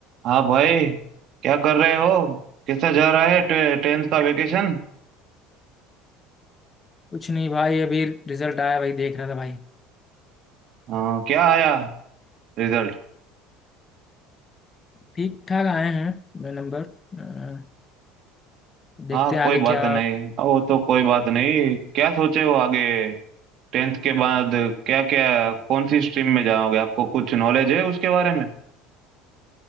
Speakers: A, on the right (about 50°); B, on the left (about 25°).
A: हाँ भाई क्या कर रहे हो कैसा जा रहा है टे, टेंथ का वेकेशन
B: कुछ नहीं भाई अभी रिजल्ट आया भाई देख रहा था भाई
A: हाँ क्या आया रिजल्ट
B: ठीक ठाक आए हैं नंबर अ, देखते
A: हाँ
B: हैं
A: कोई
B: आगे
A: बात
B: क्या
A: नहीं हाँ, वो तो कोई बात नहीं क्या सोचे हो आगे टेंथ के बाद क्या क्या कौन सी स्ट्रीम में जाओगे आपको कुछ नॉलेज है उसके बारे में